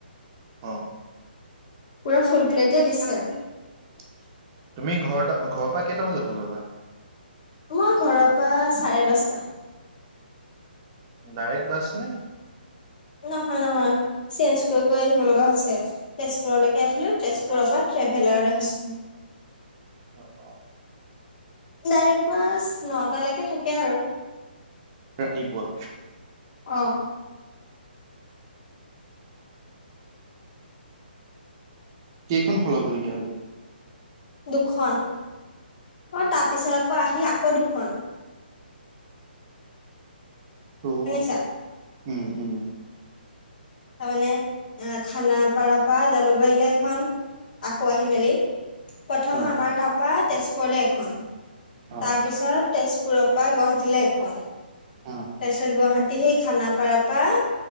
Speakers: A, on the right; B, on the left.
A: অ।
B: পুৰা ফুল প্লেটেই দিছে।
A: তুমি ঘৰতে ঘৰৰ পৰা কেইটা বজাত ওলাব।
B: মই ঘৰৰ পৰা চাৰে দছটা।
A: ডাইৰেক্ট বাস নে।
B: নহয় নহয় চেঞ্জ কৰি কৰি আহিব লগা হৈছে তেজপুৰলৈকে আহিলো তেজপুৰৰ পৰা। তেভেলাও আহিছো।
A: অ।
B: ডাইৰেক্ট বা নটালৈকে থাকে আৰু।
A: ৰাতিপুৱা।
B: অহ।
A: কেইখন সলাবলগীয়া হ'ল।
B: দুখন অ তাৰপিছত আকৌ আহি আকৌ দুখন।
A: অ
B: শুনিছা।
A: উম উম।
B: তাৰমানে আহ খানাপাৰা পৰা জালুকবাৰীলৈ এখন আকৌ আহি মেলি। প্ৰথম
A: অ',
B: আমাৰ তাপা তেজপুৰলে এখন
A: অ',
B: তাৰপিছত তেজপুৰ। সুৰৰ পৰা গুৱাহাটীলৈ এখন তাৰপিছত
A: অ',
B: গুৱাহাটীৰ। সেই খানাপাৰ পৰা